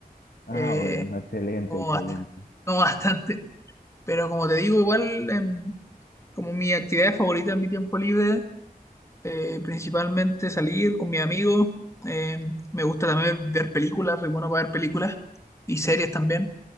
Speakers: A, on the left; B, on the left.
A: Ah,
B: Eh,
A: bueno, <laughs> excelente,
B: como,
A: excelente.
B: bast- <laughs> como bastante. Pero como te digo, igual, em, como mi actividad favorita en mi tiempo libre. eh, principalmente salir con mis amigos. eh, me gusta también ver películas, soy bueno para ver películas y series también.